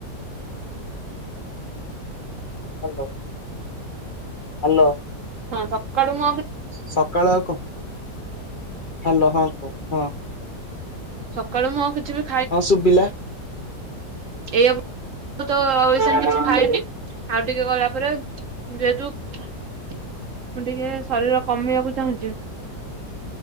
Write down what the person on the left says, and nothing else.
ହ୍ୟାଲୋ ହ୍ୟାଲୋ
ସକାଳ ଆଉ କଣ ହ୍ୟାଲୋ ହଁ କ ହଁ
ହଁ ଶୁଭିଲା